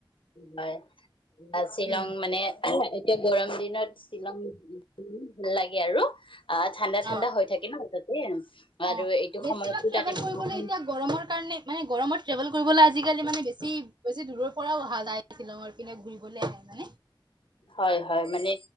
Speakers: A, on the left; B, on the right.
A: হয়, বশ্বিলং
B: উম
A: মানে এতিয়া গৰম দিনত শ্বিলং উম, ভাল লাগে আৰু। আহ, ঠাণ্ডা, ঠাণ্ডা
B: অ
A: হৈ থাকে ন তাতে, আৰু
B: অ
A: এইটো
B: বেছিভাগ
A: সময়তো
B: ট্ৰেভেল
A: তাতে বৰষুণ
B: কৰিবলৈ এতিয়া গৰমৰ কাৰণে মানে গৰমত ট্ৰেভেল কৰিবলৈ আজিকালি মানে বেছি বেছি দূৰ পৰা অহা যায়, শ্বিলং পিনে ঘূৰিবলৈ আহে। <unintelligible>
A: হয় হয়, মানে